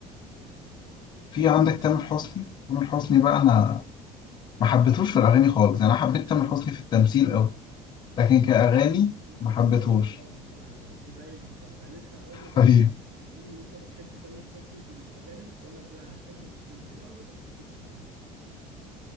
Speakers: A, on the left (about 35°); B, on the right (about 65°).
A: في عندك تامر حسني تامر حسني بقى أنا ما حبيتهوش في الأغاني خالص يعني أنا حبيت تامر حسني في التمثيل أوي
B: والله
A: لكن كأغاني
B: العظيم انت
A: ما
B: دماغك
A: حبيتهوش
B: الله اكبر عليها انت زي بالظبط انا لسه هقول
A: حبيبي
B: لك كنت فاكرك هتقول ان انت بتحب تامر حسني في الاغاني كنت اقول لك لا انا بحبه في التمثيل قوي بس ما بحبوش في الاغاني